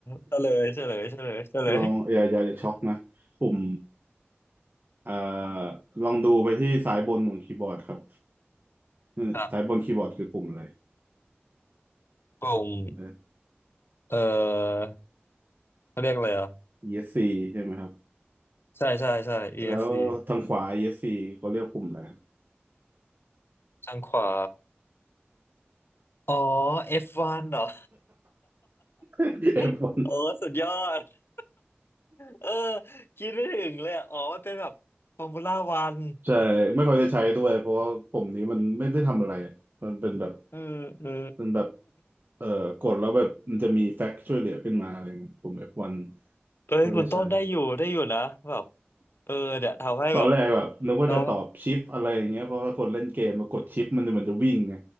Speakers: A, on the left; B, on the right.
A: เฉลยเฉลยเฉลยเฉลย
B: ลองอย่าอย่าอย่าช็อกนะปุ่มอ่าลองดูไปที่สายบนของคีย์บอร์ดครับอืมสายบนคีย์บอร์ดคือปุ่มอะไร
A: ครับกลุ่ม
B: เออ
A: เออเขาเรียกอะไรอ่ะ
B: ESC ใช่ไหมครับ
A: ใช่ใช่ใช่ EFC
B: แล้วทางขวา ESC ก็เรียกปุ่มอะไร
A: ทางขวาอ๋อ F1 เหรอ
B: <laughs> เอฟวาย
A: <laughs> โอ้สุดยอดเออคิดไม่ถึงเลยอะอ๋อมันเป็นแบบฟอร์มูล่าวัน
B: ใช่ไม่ค่อยได้ใช้ด้วยเพราะว่าปุ่มนี้มันไม่ได้ทำอะไรอะมันเป็นแบบ
A: เออเออ
B: มันแบบเอ่อกดแล้วแบบมันจะมีแฟกซ์ช่วยเหลือขึ้นมาอะไรเงี้ยปุ่ม F1
A: เอ้ยคุณต้นได้อยู่ได้อยู่นะแบบ
B: ก็ได้ใช้
A: เออเนี่ยทำให้แบบ
B: ตอนแรกแบบนึกว่าจะตอบชิปอะไรอย่างเงี้ยเพราะถ้าคนเล่นเกมมากดชิปมันจะมันจะวิ่งไง
A: เรา